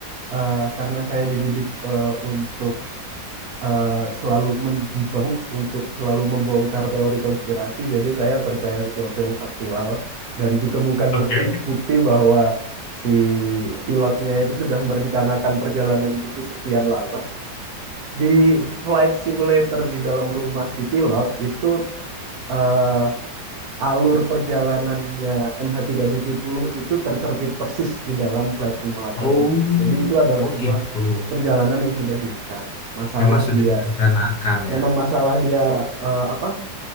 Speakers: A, on the right; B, on the left.
A: Eh, karena saya dididik eh, untuk eh, selalu mendebunk untuk selalu membongkar teori konspirasi. Jadi saya percaya sesuatu yang faktual dan ditemukan
B: Oke.
A: bukti bukti bahwa si pilotnya itu sudah merencanakan perjalanan itu sekian lama. Di flight simulator di dalam rumah si pilot itu eh, alur perjalanannya MH370 itu tercermin persis di dalam flight simulator
B: Oh,
A: itu. Jadi itu adalah
B: oh
A: sebuah
B: gitu.
A: perjalanan yang sudah direncana. Masalah
B: Memang sudah
A: dia
B: direncanakan
A: memang
B: ya.
A: masalah dia eh, apa